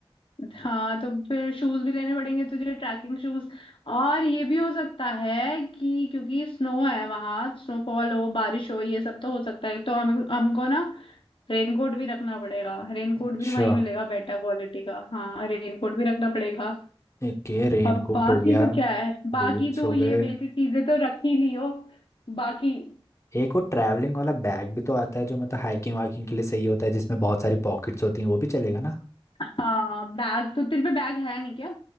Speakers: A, on the left (about 65°); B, on the left (about 30°).
A: हाँ तो फिर शूज भी लेने पड़ेंगे तुझे ट्रैकिंग शूज और ये भी हो सकता है कि क्योंकि स्नो है वहां स्नोफॉल हो बारिश हो ये सब तो हो सकता है तो हम हमको ना रेनकोट भी रखना पड़ेगा रेनकोट
B: अच्छा
A: भी वहीं मिलेगा बेटर क्वालिटी का हाँ रेनकोट भी रखना पड़ेगा
B: एक ये रेन
A: अब
B: कोट
A: बाकी
B: हो गया
A: तो क्या है बाकी
B: बूट्स
A: तो
B: हो
A: ये
B: गए
A: बेसिक चीजें तो रख ही लियो बाकी
B: एक वो ट्रैवलिंग वाला बैग भी तो आता है जो मतलब हाइकिंग वाकिंग के लिए सही होता है जिसमें बहुत सारी पॉकेट्स होती हैं वो भी चलेगा ना
A: हाँ बैग तो तेरे पे बैग है नहीं क्या